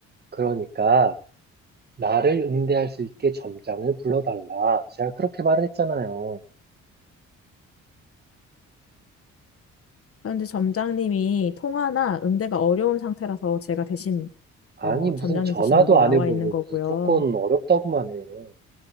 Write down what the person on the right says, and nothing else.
그러니까. 나를 응대할 수 있게 점장을 불러달라. 제가 그렇게 말을 했잖아요.
아니,
무슨
전화도
안 해보고
무조건 어렵다고만 해.